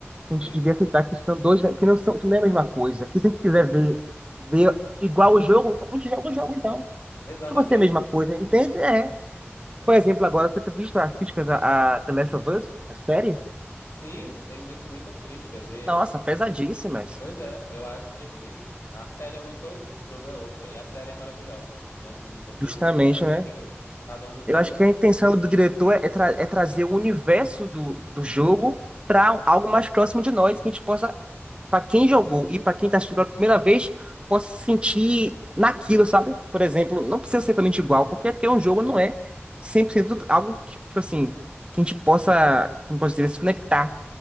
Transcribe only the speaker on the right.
que a
gente devia aceitar que são dois, que não são, que não é a mesma coisa. Que se a gente quiser ver, ver igual o jogo, a gente joga o jogo então.
Só vai ser a mesma coisa, entende? É. Por exemplo, agora você tem visto as críticas a, a The Last of Us, a série?
Nossa, pesadíssimas.
Justamente,
né?
Eu
acho que a intenção do diretor é, tra- é trazer o universo do, do jogo para algo mais próximo de nós, que a gente possa, para quem jogou e para quem está assistindo pela primeira vez, possa se sentir naquilo, sabe? Por exemplo, não precisa ser totalmente igual, porque, porque um jogo não é 100% algo que, tipo assim, que a gente possa, como posso dizer, se conectar.